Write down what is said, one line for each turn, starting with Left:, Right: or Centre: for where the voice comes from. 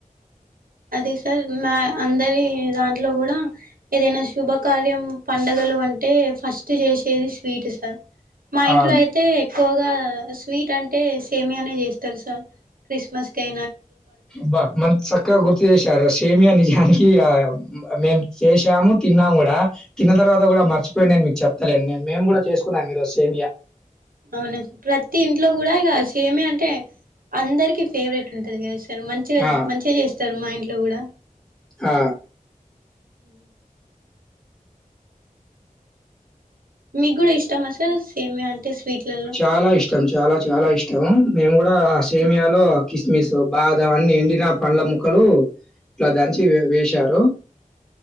Right: అది సార్ మా అందరి దాంట్లో కూడా ఏదైనా శుభాకార్యం పండగలు అంటే ఫస్ట్ చేసేది స్వీట్ సార్ మా ఇంట్లో
Centre: అవును
Right: అయితే ఎక్కువ స్వీట్ అంటే ఏమిటనే చేస్తారు సార్ క్రిస్మస్ కీ
Centre: బ్బా మంత్ చక్కగా గుర్తుచేశారు సేమీయా నిజ గా మేమ్ చేసాము తిన్నాము కూడా తిన్న తర్వాత కూడా మర్చిపోయి మీకు చెప్తా లేను మీకు మేము కూడా చేసుకున్నాం ఈరోజు సేమియా
Right: అవునా సార్ ప్రతి ఇంట్లో కూడా ఇక సేమే అంటే అందరికిీ ఫేవరెట్ ఉంటది మంచిగా
Centre: ఆ!
Right: మంచిగా చేస్తా స్తారు మా ఇంట్లో కూడా
Centre: ఆ
Right: హు మీ కూడా ఇష్టం అ సార్ సేమియా అంటే స్వీట్లలో
Centre: చాలా ఇష్టం చాలా చాలా ఇష్టం మేము కూడా సేమియాలో కిస కిస్మిస్ బాదం అన్ని ఎండిన పండ్ల
Right: ఆ
Centre: ముక్కలు ఇట్లా దంచి వేశారు